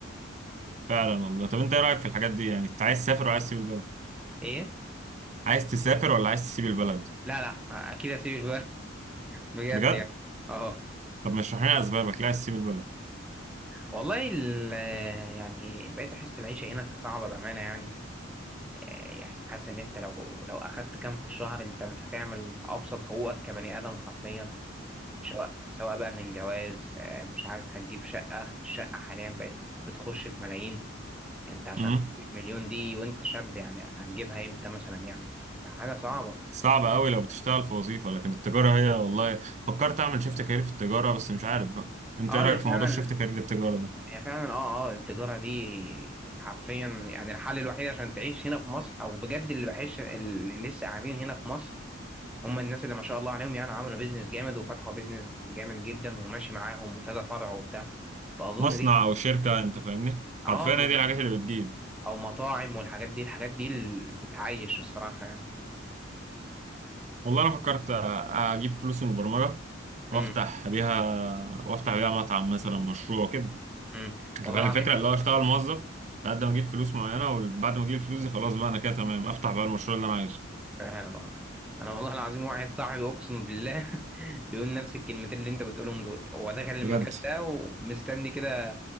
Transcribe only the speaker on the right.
فعلا والله طب انت ايه رايك في الحاجات دي يعني انت عايز تسافر وعايز تسيب البلد
عايز تسافر ولا عايز تسيب البلد
بجد
طب ما اشرح لنا اسبابك ليه عايز تسيب البلد
امم
صعب قوي لو بتشتغل في وظيفة لكن التجارة هي والله فكرت اعمل شيفت كارير في التجارة بس مش عارف بقى انت
ايه رأيك
في
موضوع شيفت كارير التجارة ده
مصنع
او شركة انت فاهمني
حرفيا
هي دي الحاجات اللي بتجيب
والله انا فكرت أ- اجيب فلوس من البرمجة وافتح
بيها وافتح بيها مطعم مثلا مشروع كده
انت
فاهم الفكرة
اللي هو اشتغل موظف لحد ما اجيب فلوس معينة وبعد ما اجيب الفلوس دي خلاص بقى انا كده تمام افتح بقى المشروع اللي انا عايزه
بجد